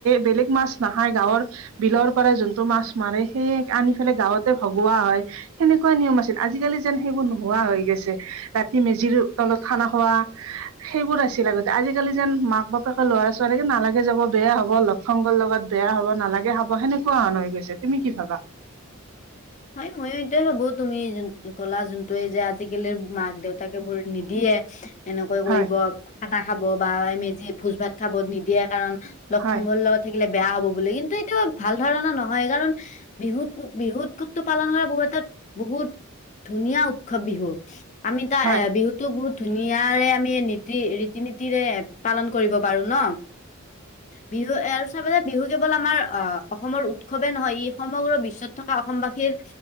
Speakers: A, on the right; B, on the left.
A: বেলেগ মাছ নাখাই গাঁৱৰ বিলৰ পৰা যোনটো মাছ মাৰে সেই আনি ফেলে গাঁৱতে ভং বোৱা হয় সেনেকুৱা নিয়ম আছিল আজিকালি যেন সেইবোৰ নোহোৱা হৈ গৈছে ৰাতি মেজিৰো তলত খানা খোৱা সেইবোৰ আছিল আগতে আজিকালি যেন মাক- বাপেকে ল'ৰা ছোৱালীকে নালাগে যাব বেয়া হ'ব লগ সংগৰ লগত বেয়া হ'ব নালাগে হ'ব, সেনেকুৱা হৈ গৈছে তুমি কি ভাবা।
B: <inaudible> হয় ময়ো এইটোৱে ভাবো, তুমি যোনটো ক'লা যোনটোৱে যে আজিকালিৰ মাক দেউতাকে এইবোৰ নিদিয়ে। এনেকৈ কৰিব
A: হয়
B: আদা খাব বা মেজি ভোজ ভাত খাব নিদিয়ে কাৰণ। লগ
A: হয়
B: সংগ্ৰৰ লগত থাক কিলে বেয়া হ'ব বুলি, কিন্তু এতিটো ভাল ধাৰণা নহয় কাৰণ, বিহুত-বিহুত উৎসৱটো পালন কৰা বহুতে এটা বহুত ধুনীয়া উৎসৱ বিহু। আমি তাৰ
A: হয়
B: এ বিহুতো বহুত ধুনীয়া আৰে আমি নীতি ৰীতি নীতিৰে পালন কৰিব পাৰো ন। বিহু এ আৰু চাবা যে বিহু কেৱল আমাৰ আ অসমৰ উৎসৱে নহয় ই সমগ্ৰ বিশ্বত থকা অসমবাসীৰ